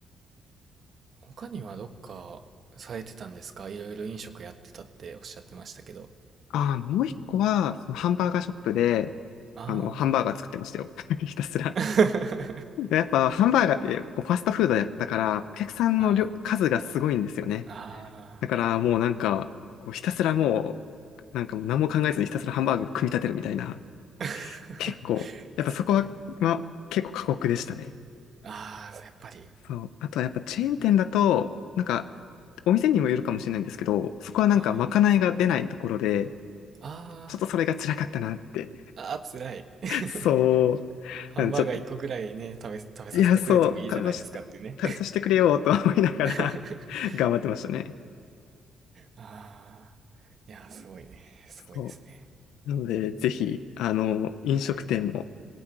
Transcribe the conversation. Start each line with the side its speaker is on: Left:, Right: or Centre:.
Right: 他にはどっかされてたんですかいろいろ飲食やってたっておっしゃってましたけど。
Left: ああ、もう一個は、そのハンバーガーショップで、
Right: あ
Left: あの、ハンバーガー作ってましたよ。<laughs> ひたすら。
Right: あ。<laughs>
Left: やっぱ、ハンバーガーってこうファストフードやだから、お客さんの量数がすごいんですよね。
Right: はい。あ
Left: だから、もうなんか、こうひたすらもう、なんかもう何も考えずにひたすらハンバーグ組み立てるみたいな。
Right: あ。<laughs>
Left: 結構、やっぱそこは、
Right: すごい。
Left: まあ、結構過酷でしたね。
Right: ああ、やっぱり。
Left: そう。あとはやっぱチェーン店だと、なんか、お店にもよるかもしれないんですけど、そこはなんかまかないが出ないところで、
Right: はい。あ
Left: ちょっとそれが辛かったなって。
Right: あ。ああ、辛い。<laughs>
Left: <laughs> そう。
Right: ハンバーガー一個くらいね、
Left: なんでちょっと、
Right: 食べ、食べさせてくれてもいいじゃないですかっていうね。
Left: いや、そう、食べさせて、食べさせてくれよと思いながら
Right: <laughs>
Left: <laughs> 頑張ってましたね。
Right: ああ。いやー、すごいね。すごいですね。
Left: そう。なので、ぜひ、あの、飲食店も
Right: はい。